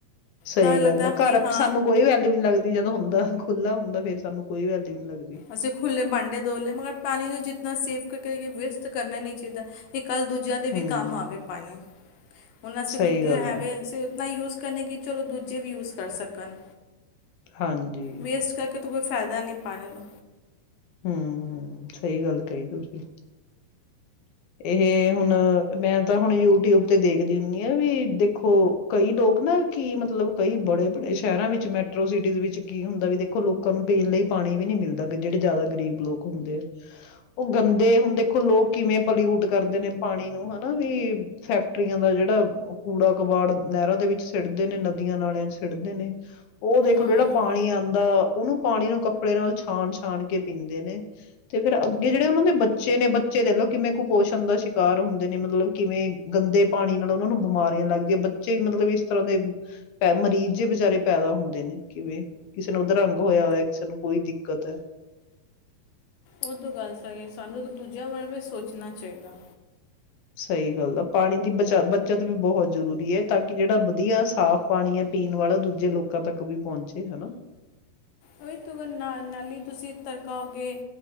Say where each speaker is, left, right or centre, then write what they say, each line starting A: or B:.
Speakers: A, on the left (about 65°); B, on the left (about 85°).
A: ਸਹੀ
B: ਤਾਂ ਲੱਗਦਾ
A: ਗੱਲ ਆ ਘਰ
B: ਕਿ ਹਾਂ
A: ਸਾਨੂੰ ਕੋਈ ਵੈਲਿਊ ਨੀ ਲੱਗਦੀ ਜਦੋਂ ਹੁੰਦਾ ਖੁੱਲਾ ਹੁੰਦਾ ਫੇਰ ਸਾਨੂੰ ਕੋਈ ਨਹੀਂ ਲੱਗਦੀ
B: ਅਸੀਂ ਖੁੱਲੇ ਭਾਂਡੇ ਧੋਲੇ ਮਗਰ ਪਾਣੀ ਨੇ ਜਿਤਨਾ ਸੇਫ ਕਰਕੇ ਵੇਸਟ ਕਰਨਾ ਨਹੀ ਚਾਹੀਦਾ ਕੱਲ ਦੂਜਿਆਂ ਦੇ ਵੀ
A: ਹਮ
B: ਕੰਮ ਆਵੇ ਪਾਣੀ ਹੁਣ ਅਸੀਂ
A: ਸਹੀ
B: ਲੋਕ
A: ਗੱਲ
B: ਹੈਗੇ
A: ਹੈ
B: ਅਸੀਂ ਉਤਨਾ ਯੂਜ ਕਹਿੰਦੇ ਕਿ ਚਲੋ ਦੂਜੇ ਵੀ ਯੂਜ ਕਰ ਸਕਣ
A: ਹਾਂਜੀ
B: ਵੇਸਟ ਕਰਕੇ ਤੂੰ ਫਾਇਦਾ ਨਹੀਂ ਪਾਣ ਨੂੰ
A: ਹਮ ਸਹੀ ਗੱਲ ਕਹੀ ਤੁਸੀਂ ਇਹ ਹੁਣ ਮੈਂ ਤਾਂ ਹੁਣ ਯੂਟਿਊਬ ਤੇ ਦੇਖਦੀ ਹੁੰਦੀ ਆ ਵੀ ਦੇਖੋ ਕਈ ਲੋਕ ਨਾ ਕੀ ਮਤਲਬ ਕਈ ਬੜੇ ਬੜੇ ਸ਼ਹਿਰਾਂ ਵਿੱਚ ਮੈਟਰੋ ਸਿਟੀਜ਼ ਵਿੱਚ ਕੀ ਹੁੰਦਾ ਵੀ ਦੇਖੋ ਲੋਕਾਂ ਨੂੰ ਪੀਣ ਲਈ ਪਾਣੀ ਵੀ ਨੀ ਮਿਲਦਾ ਜਿਹੜੇ ਜ਼ਿਆਦਾ ਗ਼ਰੀਬ ਲੋਕ ਹੁੰਦੇ ਆ ਉਹ ਗੰਦੇ ਹੁਣ ਦੇਖੋ ਲੋਕ ਕਿਵੇਂ ਪਲਿਊਟ ਕਰਦੇ ਨੇ ਪਾਣੀ ਨੂੰ ਹਨਾ ਵੀ ਫੈਕਟਰੀਆਂ ਦਾ ਜਿਹੜਾ ਕੂੜਾ ਕਬਾੜ ਨਹਿਰਾਂ ਦੇ ਵਿੱਚ ਸਿੱੜਦੇ ਨੇ ਨਦੀਆਂ ਨਾਲਿਆਂ ਚ ਸਿੱਟਦੇ ਨੇ ਉਹ ਦੇਖੋ
B: ਹੂੰ
A: ਜਿਹੜਾ ਪਾਣੀ ਆਉਂਦਾ ਉਹਨੂੰ ਪਾਣੀ ਨੂੰ ਕੱਪੜੇ ਨਾਲ ਛਾਣ ਛਾਣ ਕੇ ਪੀਂਦੇ ਨੇ ਤੇ ਫੇਰ ਅੱਗੇ ਜਿਹੜੇ ਉਹਨਾਂ ਦੇ ਬੱਚੇ ਨੇ ਬੱਚੇ ਦੇ ਲਓ ਕਿਵੇਂ ਕੁਪੋਸ਼ਣ ਦਾ ਸ਼ਿਕਾਰ ਹੁੰਦੇ ਨੇ ਮਤਲਬ ਕਿਵੇਂ ਗੰਦੇ ਪਾਣੀ ਨਾਲ ਉਹਨਾਂ ਨੂੰ ਬਿਮਾਰੀਆਂ ਲੱਗਦੀਆਂ ਬੱਚੇ ਵੀ ਮਤਲਬ ਇਸ ਤਰ੍ਹਾਂ ਦੇ ਪ ਮਰੀਜ਼ ਜੇ ਵਿਚਾਰੇ ਪੈਦਾ ਹੁੰਦੇ ਨੇ ਕਿਵੇਂ ਕਿਸੇ ਨੂੰ ਉੱਧਰੰ ਹੋਯਾ ਹੋਇਆ ਕਿਸੇ ਨੂੰ ਕੋਈ ਦਿੱ ਦਿੱਕਤ ਹੈ।
B: ਉਹ ਤੋਂ ਗੱਲ ਸਹੀ ਹੈ ਸਾਨੂੰ ਤਾਂ ਦੂਜਿਆਂ ਬਾਰੇ ਵੀ ਸੋਚਣਾ ਚਾਹੀਦਾ।
A: ਸਹੀ ਗੱਲ ਆ ਪਾਣੀ ਦੀ ਬਚਾ ਬੱਚਤ ਵੀ ਬਹੁਤ ਜ਼ਰੂਰੀ ਹੈ ਤਾਂ ਕਿ ਜਿਹੜਾ ਵਧੀਆ ਸਾਫ਼ ਪਾਣੀ ਹੈ ਪੀਣ ਵਾਲਾ ਦੂਜੇ ਲੋਕਾਂ ਤੱਕ ਵੀ ਪਹੁੰਚੇ ਹਨਾ।
B: ਉਹ ਤ ਨਾਲੀ ਤੁਸੀਂ ਤੜਕਾਓਗੇ